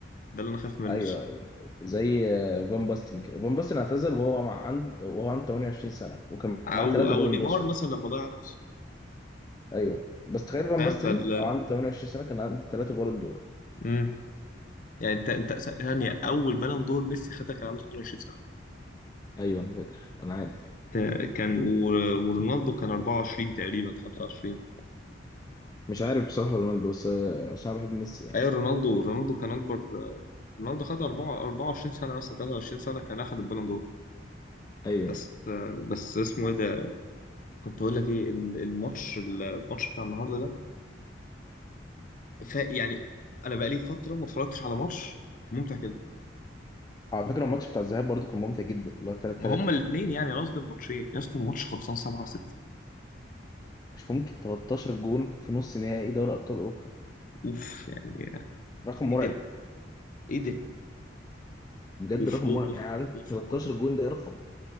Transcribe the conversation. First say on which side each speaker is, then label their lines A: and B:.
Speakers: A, on the left; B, on the left.
A: ده اللي انا خايف منه
B: ايوه
A: الصراحة
B: ايوه زي آه، فان باستن كده فان باستن اعتزل وهو مع عند وهو عنده 28 سنه وكان
A: او
B: معاه ثلاثه
A: او
B: بالون
A: نيمار
B: دور ساعتها
A: مثلا لما ضيع نفسه
B: ايوه بس تخيل فان
A: فاهم
B: باستن
A: فال
B: او عنده 28 سنه كان عنده ثلاثه بالون دور
A: مم. يعني انت انت ثانية اول بالون دور ميسي خدها كان عنده 22 سنة
B: ايوه انا فاكر انا عارف
A: تا- كان و- ورونالدو كان 24 تقريبا 25
B: مش عارف بصراحه رونالدو بس آه، عشان أنا بحب ميسي يعني
A: ايوه رونالدو رونالدو كان اكبر رونالدو خد 4 24 سنه مثلا 23 سنه كان اخد البالون دور
B: ايوه
A: بس بس اسمه ايه ده كنت اقول لك ايه ال- الماتش الماتش بتاع النهارده ده ف يعني انا بقالي فتره ما اتفرجتش على ماتش ممتع كده
B: على فكره الماتش بتاع الذهاب برضه كان ممتع جدا اللي هو 3
A: ما
B: 3
A: هما الاثنين يعني قصدي الماتشين يا اسطى الماتش خلصان 7 6
B: مش ممكن 13 جون في نص نهائي دوري ابطال اوروبا
A: اوف يعني
B: رقم
A: ايه
B: مرعب
A: ده ايه ده
B: بجد
A: وف
B: رقم مرعب
A: وف
B: يعني عارف
A: وف
B: 13
A: وف-
B: جون ده إيه رقم